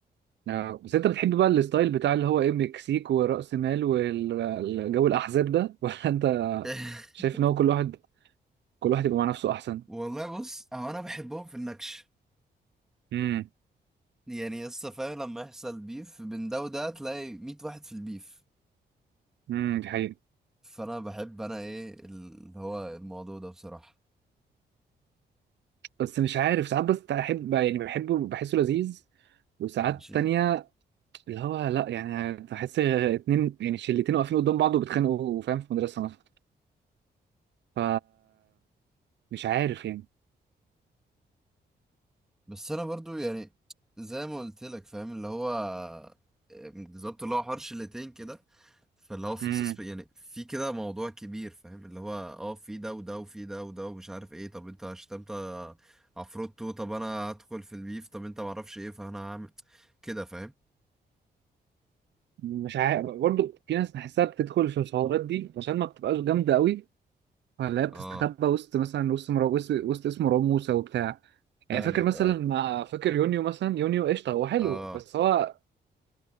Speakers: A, on the right; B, in the centre.
A: آه، بس انت بتحب بقى الستايل بتاع اللي هو ايه مكسيك ورأس مال والجو الاحزاب ده <laughs> ولا انت
B: <laughs>
A: شايف ان هو كل واحد كل واحد يبقى مع نفسه احسن
B: والله بص هو انا بحبهم في النكش
A: امم
B: يعني لسه فاهم لما يحصل بيف بين ده وده تلاقي 100 واحد في البيف
A: امم دي حقيقة
B: فانا بحب انا ايه اللي هو الموضوع ده بصراحة
A: بس مش عارف ساعات بس احب يعني بحبه بحسه لذيذ وساعات
B: ماشي
A: تانية اللي هو لا يعني بحس اتنين يعني شلتين واقفين قدام بعض وبيتخانقوا فاهم في مدرسة مثلا ف مش عارف يعني
B: بس انا برضو يعني زي ما قلت لك فاهم اللي هو بالظبط اللي هو حوار شلتين كده فاللي هو في
A: امم
B: سسب يعني في كده موضوع كبير فاهم اللي هو اه في ده وده وفي ده وده ومش عارف ايه طب انت شتمت عفروتو طب انا هدخل في البيف طب انت معرفش ايه فانا هعمل كده فاهم
A: مش عارف برضه في ناس بحسها بتدخل في الحوارات دي عشان ما بتبقاش جامدة قوي ولا هي بتستخبى
B: اه
A: وسط مثلا وسط مرا... وسط... وسط اسمه مروان موسى وبتاع يعني
B: فاهمك
A: فاكر مثلا
B: اه
A: مع فاكر يونيو مثلا يونيو قشطه هو حلو
B: اه
A: بس هو